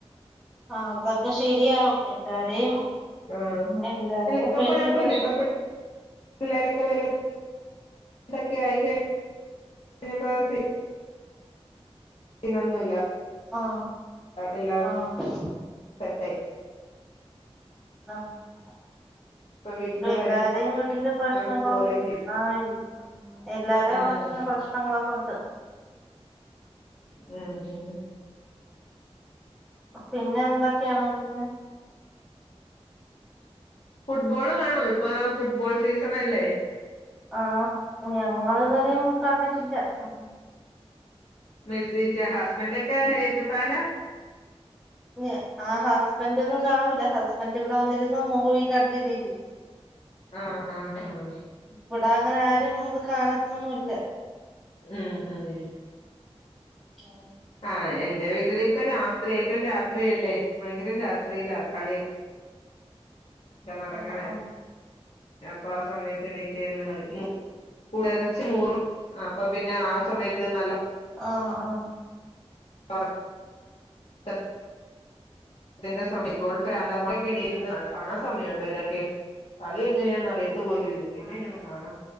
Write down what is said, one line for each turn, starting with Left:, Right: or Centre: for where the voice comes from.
Centre: ആഹ് അതൊക്കെ ശെരിയാവും എല്ലാരേയും
Left: ആഹ്
Centre: എല്ലാരേയും
Left: അല്ല ഇപ്പൊ
Centre: വീട്ട്ല്
Left: കൊഴപ്പമില്ല
Centre: പ്രശ്നാ
Left: ഇപ്പൊ പിള്ളേരൊക്കെ വെല് തെക്കെ ആയി കഴി ഞ്ഞപ്പോ സീ സീനൊന്നു ഇല്ലാ
Centre: ആഹ്
Left: എല്ലാം
Centre: ആഹ്
Left: സെറ്റയ്
Centre: ആഹ് പ്പം
Left: ഇപ്പൊ വീട്ടില്
Centre: എല്ലാരേം വീട്ട്ല് പ്രശ്നങ്ങളും
Left: വരും പോലൊക്കെ
Centre: ആഹ് എൽ എല്ലാരേ
Left: ഉം
Centre: അവ്ടെത്തന്നെ പ്രശ്നങ്ങൾക്കാെണ്ട്
Left: ഉം ഉം
Centre: പിന്നെ എന്താെക്ക്യാണ് പിന്നെ
Left: ഫുട്ബോള് കാണോ ഇപ്പാ ഫുട്ബോൾ സീസണല്ലേ
Centre: ആഹ് ഞങ്ങളിതുവരേം കണ്ടിട്ടില്ല ഉം
Left: മെസ്സേജ് ഹസ്ബൻ്റൊക്കെ ഏത് ഫാനാ
Centre: ഞ്ഞ് ആഹ് ഹസ്ബൻ്റൊന്നും കാണൂലാ ഹസ്ബന്റ് ഇവ്ടെ വന്നിരുന്ന് മൂവീം കണ്ടിരിക്ക്യും
Left: ആഹ് ആഹ് ആഹ്
Centre: ഇവ്ടെ അങ്ങെനെ ആരും ഇത് കാണത്തൊന്നുല്ല
Left: ഉം ഊം
Centre: ആന്ന്
Left: ആഹ് എന്റെ വീട്ടിലിപ്പ രാത്രി ഏറ്റും രാത്രിയെല്ലേ ഭയ്ങ്കരം രാ ത്രിയിലാ കളി ക്കെ നടക്കെണേ
Centre: ആ ആ ആ
Left: അപ് പ്പ ആഹ് സമയത്ത് എണ്ണീറ്റ് നിന്ന് കളി മു പുലർച്ചെ മൂന്നു അപ്പ പിന്നെ ആ സമയത്ത് നല്ലൊ
Centre: ആഹ് ആഹ്
Left: ഒറ ക്ക ത്തിന്റെ സമയം ബോൾപ്പ <unintelligible> എണീറ്റിര്ന്ന് കാണാ കാണാൻ സമയണ്ടോ ഇതൊക്കെ കളി എങ്ങെനെയാന്ന അറിയത്തുപോലു ഇല്ല പിന്നെങ്ങെനെ കാണും